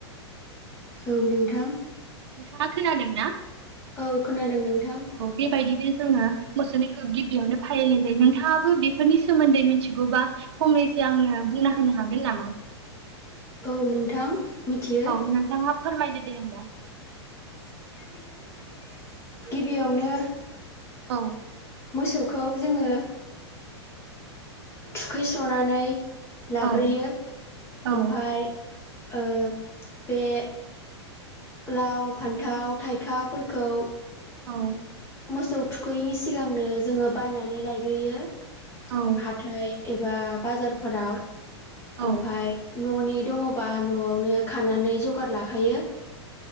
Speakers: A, on the left; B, on the right.
A: औ नोंथां।
B: नोंथाङा खोनादों ना?
A: औ खोनादों नोंथां।
B: औ बेबायदिनो जोङो मोसौनिखौ गिबियावनो फालिनाय जायो। नोंथाङाबो बेफोरनि सोमोन्दै मिथिगौबा फंनैसो आंनो बुंना होनो हागोन नामा?
A: औ नोंथां। मिथियो
B: औ नोंथाङा फोरमायदो दे होमबा।
A: <inaudible> गिबियावनो
B: औ।
A: मोसौखौ जोङो थुखैस्र'नानै लाग्रोयो।
B: औ औ
A: ओमफ्राय ओ बे लाव फान्थाव थाइखाफोरखौ
B: औ।
A: मोसौ थुखैनि सिगांनो जोङो बायनानै लायग्रोयो
B: औ
A: हाथाय एबा बाजारफोराव।
B: औ
A: ओमफ्राय न'नि दङबा न'आवनो खानानै जगार लाखायो।